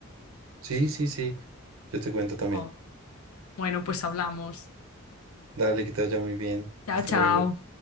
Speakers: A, on the right (about 70°); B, on the left (about 90°).
A: Sí,
B: Sí, sí.
A: sí, sí, yo te cuento también.
B: Jo. Bueno, pues hablamos.
A: Dale, que te vaya muy bien.
B: Chao,
A: Hasta
B: chao.
A: luego.